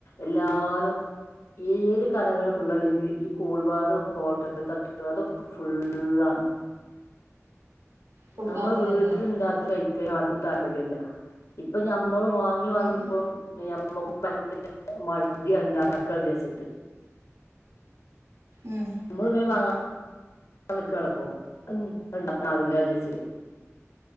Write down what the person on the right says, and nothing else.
ഫുൾ
അതെ
അതെ അതെ അതെ
ഉം ഉം
ഉം